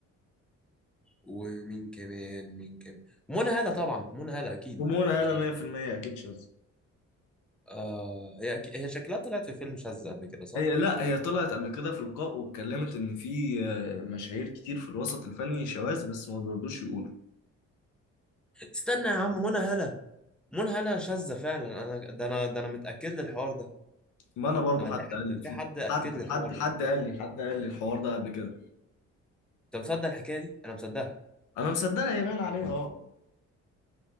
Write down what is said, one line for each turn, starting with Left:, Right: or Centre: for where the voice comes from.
Centre: ومين كمان مين كمان منى هالة طبعا منى هالة اكيد
Left: ومنى هلا
Centre: شاذة
Left: 100% أكيد شاذة
Centre: آه هي أكيد. هي شكلها طلعت في فيلم شاذة قبل كده صح
Left: هي لا هي طلعت قبل كده في لقاء واتكلمت ان في آه، مشاهير كتير في الوسط الفني شواذ بس ما بيرضوش يقولوا
Centre: استنى يا عم منى هالة منى هالة شاذة فعلا انا ده انا ده انا متأكد للحوار ده
Left: ما انا برضو
Centre: انا
Left: حد
Centre: في
Left: قال
Centre: حد
Left: لي فيه
Centre: في حد اكد
Left: حد
Centre: لي الحوار
Left: حد حد
Centre: ده
Left: قال لي حد قال لي الحوار ده قبل كده
Centre: انت مصدق الحكاية دي انا مصدقها
Left: انا مصدقها هي باين عليها اه